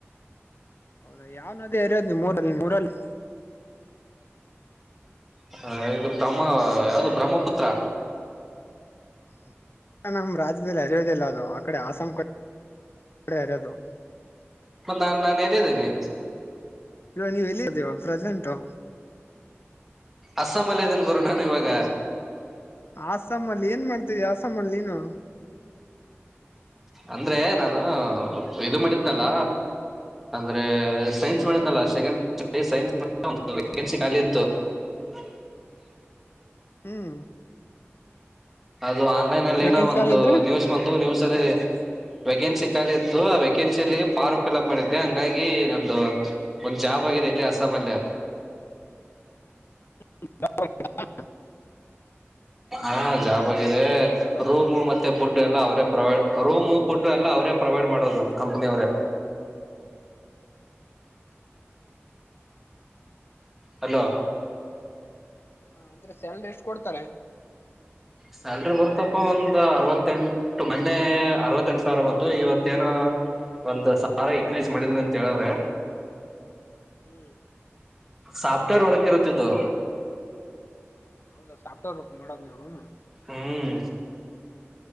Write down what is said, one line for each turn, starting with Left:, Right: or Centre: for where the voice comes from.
Left: ಹೌದಾ ಯಾವ್ನದೇ ಇರಯೋದ್ ನೀ ಮೂರಲ್ಲಿ ಮೂರಲ್ಲಿ
Centre: ಹ ಈಗ ಬ್ರಹ್ಮ ಯಾವ್ದು ಬ್ರಹ್ಮಪುತ್ರ
Left: ್ಮ ನಮ್ಮ್ ರಾಜ್ಯದಲ್ಲಿ ಅರಿಯೋದಿಲ್ಲ ಅದು ಆ ಕಡೆ ಆಸಾಂ ಕಡೆ ಎಡೆ ಆರದು
Centre: ನಾನ್ ನಾನು ಎದಿದ್ದೇನೆ
Left: ಇವ ನೀವ್ ಎಲ್ಲಿ ಇದ್ದೀವಾ ಪ್ರೆಸೆಂಟು
Centre: ಅಸ್ಸಾಂ ಅಲ್ಲ ಇದನ್ ಗುರು ನಾನ ಇವಾಗ
Left: ಅಸ್ಸಂ ಅಲ್ಲಿ ಏನ್ ಮಾಡ್ತೀವಿ ಅಸ್ಸಾಾಮ ಅಲ್ಲಿ ನೀನು
Centre: ಅಂದ್ರೆ ನಾನು ಇದು ಮಾಡಿದ್ನಲ್ಲ ಅಂದ್ರೆ ಸೈನ್ಸ್ ಮಾಡಲ್ಲ ಸ್ ಸೈನ್ ವನ್ಸಿ ಖಾಲಿ ಇತ್ತು ಆ
Left: ಹ್ಮ್
Centre: ಇದು ಆನ್ಲೈನ್ ಅಲ್ಲಿ
Left: ವೇಕೆನ್ಸಿ
Centre: ಏನೋ ಒಂದು
Left: ಖಾಲಿ ಇದ್ರೆ
Centre: ನ್ಯೂಸ್ ಬಂತ ನ್ಯೂಸ್ ಅಲ್ಲಿ ವೇಕೆನ್ಸಿ ಇತ್ತು ಆ ವೇಕೆನ್ಸಿಲಿ ಫಾರ್ಮ್ ಫಿಲ್ಅಪ್ ಮಾಡಿದ್ದೆ ಹಂಗಾಗಿ ನಮ್ದ ಒಂದು ಜಾಬ್ ಆಗಿದೆ ಇಲ್ಲಿ ಹಸ ಮಲ್ಲೆ
Left: ಹ
Centre: ಹಾ ಜಾಬ್ ಆಗಿದೆ
Left: ಹಲೋ
Centre: ರೂಮು ಮತ್ತೆ ಪಡ್ ಎಲ್ಲ ಅವರೇ ಪ್ರೊವೈಡ್ ರೂಮ್ ಪಡ್ು ಎಲ್ಲ ಅವರೇ ಪ್ರೊವೈಡ್ ಮಾಡೋದು ಕಂಪನಿ ಅವರೇ ಹಲೋ
Left: ಹ ಅಂದ್ರೆ ಸ್ಯಾಲ್ರಿ ಎಷ್ಟು ಕೊಡ್ತಾರೆ
Centre: ಸ್ಯಾಲ್ರಿ ಬರುತ್ತಪ್ಪ ಒಂದ್ ಅರವತ್ತೆಂಟು ಮೊನ್ನೆ ಅರವತ್ತೆಂಟು ಸಾವಿರ ಬಂತು ಇವತ್ತ ಏನ ಒಂದ ಸಾರ ಇನ್ಕ್ರೀಸ್ ಮಾಡಿದೀನಿ ಅಂತ ಹೇಳವ್ರೆ
Left: ಹ್ಮ್
Centre: ಸಾಫ್ಟವೇರ್ ಉರಕರತದೋ
Left: ಹೌದಾ ಸಾಫ್ಟೇರ್ ವರ್ಕ್ ಮಾಡೋದು ನೀವು
Centre: ಹ್ಮ್